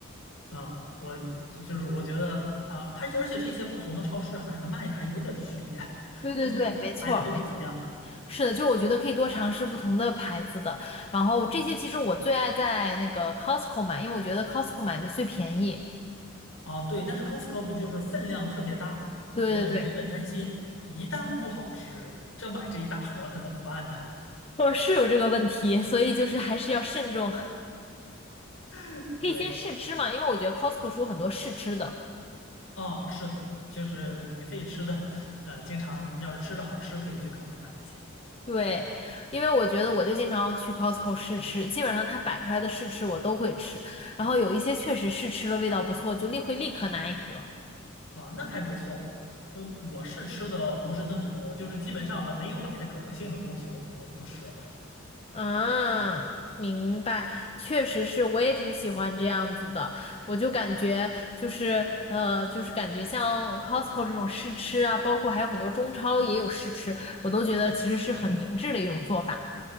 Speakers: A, on the left; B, on the left.
A: 啊，我就是我觉得啊，而且而且这些不同的超市好像还卖的还有点区别，<laughs>
B: 对对对，
A: 不同的牌子都不一样
B: 没错儿没错儿，是的，就我觉得可以多尝试不同的牌子的，然后这些其实我最爱在那个 Costco 买，因为我觉得 Costco 买的最便宜。
A: 啊。对，但是 Costco 的就是分量特别大，
B: 对对对。
A: 我总是有点担心，一旦不好吃，这买这一大盒儿可怎么办呢？
B: 我是有这个问题，所以就是还是要慎重。<laughs>
A: <laughs>
B: 可以先试吃嘛，
A: 对，
B: 因为我觉得 Costco 是有很多试吃的。
A: 啊，是的，就是免费吃的，呃，经常要是吃着好吃，可以去考虑买一些
B: 对，因为我觉得我就经常去 Costco 试吃，基本上它摆出来的试吃我都会吃，然后有一些确实试吃了味道不错，就立会立刻拿一盒。
A: 啊，那还不错。就我是吃的不是那么多，就是基本上我没有买的可能性的东西，我可能我就不吃了。
B: 啊，明白，确实是，我也挺喜欢这样子的。我就感觉就是呃，就是感觉像 Costco 这种试吃啊，包括还有很多中超也有试吃，我都觉得其实是很明智的一种做法。